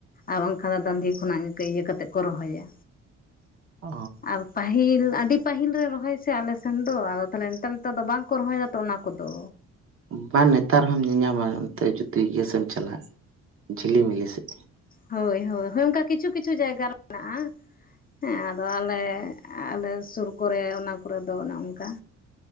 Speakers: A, on the left (about 30°); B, on the right (about 45°).
A: ᱟᱨ ᱵᱟᱝᱠᱷᱟᱱ ᱫᱚ ᱫᱟᱺᱫᱷᱤ ᱠᱷᱚᱱᱟᱜ ᱤᱭᱟᱹ ᱠᱟᱛᱮᱫ ᱠᱚ ᱨᱚᱦᱚᱭᱟ
B: ᱚ
A: ᱟᱨ ᱯᱟᱹᱦᱤᱞ ᱟᱹᱰᱤ ᱯᱟᱹᱦᱤᱞ ᱨᱮ ᱨᱚᱦᱚᱭ ᱥᱮ ᱟᱞᱮ ᱥᱮᱱ ᱫᱚ ᱛᱟᱦᱚᱞᱮ ᱱᱮᱛᱟᱨ ᱱᱮᱛᱟᱨ ᱫᱚ ᱵᱟᱝᱠᱚ ᱨᱚᱦᱚᱭ ᱫᱟ ᱛᱚ ᱚᱱᱟ ᱠᱚᱫᱚ
B: ᱵᱟᱝ ᱱᱮᱛᱟᱨ ᱦᱚᱸᱢ ᱧᱮᱞᱧᱟᱢᱟ ᱚᱱᱛᱮ ᱡᱩᱫᱤ ᱤᱭᱟᱹ ᱥᱮᱫ ᱮᱢ ᱪᱟᱞᱟᱜ-ᱟ ᱡᱷᱤᱞᱤᱢᱤᱞᱤ ᱥᱮᱫ
A: ᱦᱳᱭ ᱦᱳᱭ ᱦᱳᱭ ᱚᱱᱠᱟ ᱠᱤᱪᱷᱩ ᱠᱤᱪᱷᱩ ᱡᱟᱭᱜᱟ ᱨᱮ ᱢᱮᱱᱟᱜ-ᱟ ᱦᱮᱸ ᱟᱫᱚ ᱟᱞᱮ ᱟᱞᱮ ᱥᱩᱨ ᱠᱚᱨᱮ ᱚᱱᱟ ᱠᱚᱨᱮ ᱫᱚ ᱚᱱᱮ ᱚᱱᱠᱟ